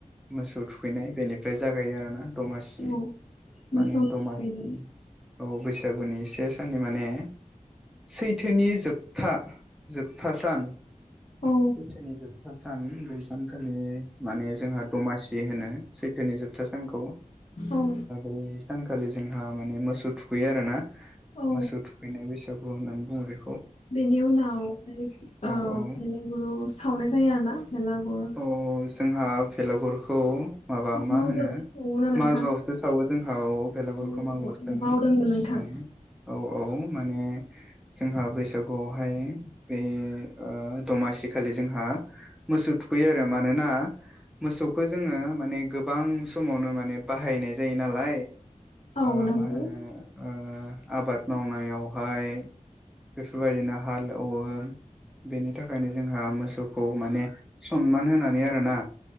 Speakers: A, in the centre; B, on the left.
A: मोसौ थुखैनाय बेनि फ्रे जागायो आरोना दमासि
B: औ मोसौ
A: माने दमाहि
B: थुखैनाय
A: औ बैसागुनि से साननि माने सैथोनि जोबथा जोबथा सान।
B: औ
A: सैथोनि जोबथा सान बै सानखालि माने जोंहा दमासि होनो सैथोनि जोबथा सानखौ
B: औ
A: ओ सानखालि जोंहा माने मोसौ थुखैयो आरो ना
B: औ
A: मोसौ थुखैनाय बेैसागु औ होननानै बुङो बे
B: बेनि उनावहाय
A: औ
B: ओ
A: औ
B: बेलागुरु सावनाय जायो आरोना बेलागुरु
A: अ जोंहा फेलागुरखौ माबा मा
B: मागोआवसो
A: होनो
B: सावोमोन ना नोंथां
A: मागोआवसो सावो जोंना औ बेलागुरखौ
B: औ
A: मागोआवसो
B: आं
A: सावो
B: बावदोंमोन नोंथां
A: माने औ - औ माने जोंहा बैसागुआवहाय बे ओ दमासि खालि जोंहा मोसौ थुखैयो आरो मानोना मोसौखौ जोङो माने गोबां समावनो माने बाहायनाय जायो नालाय
B: औ
A: ओ
B: नंगौ
A: मा होनो ओ आबाद मावनायावहाय बेफोरबायदिनो हाल एवो बेनि थाखायनो जोंहा मोसौखौ माने सनमान होनानै आरोना